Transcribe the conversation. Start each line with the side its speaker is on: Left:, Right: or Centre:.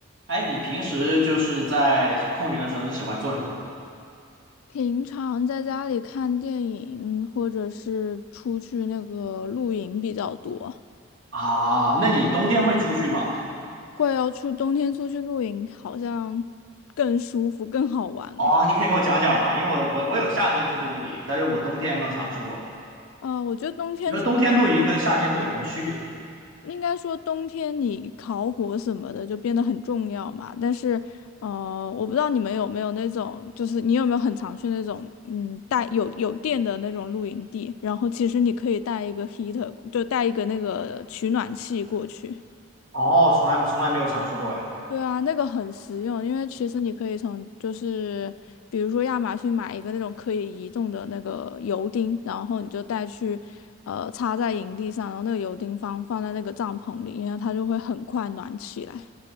Right: 哎，你平时就是在空余的时候，你喜欢做什么
Left: 平常在家里看电影，或者是出去那个露营比较多，
Right: 啊？那你冬天会出去吗？
Left: 会要去冬天出去露营，好像更舒服、更好玩哎。
Right: 哦，你可以给我讲讲吗？因为我我我有夏天出去露营，但是我冬天也没有尝试过。
Left: 呃，我觉得冬天出，
Right: 你说冬天露营跟夏天会有什么区别？
Left: 应该说冬天你烤火什么的就变得很重要嘛。但是，呃，我不知道你们有没有那种，就是你有没有很常去那种，嗯，带有有电的那种露营地，然后其实你可以带一个 heater，就带一个那个取暖器过去。
Right: 哦，从来从来没有尝试过哎。
Left: 对啊，那个很实用，因为其实你可以从就是比如说亚马逊买一个那种可以移动的那个油钉，然后你就带去呃插在营地上，然后那个油钉放放在那个帐篷里，因为它就会很快暖起来。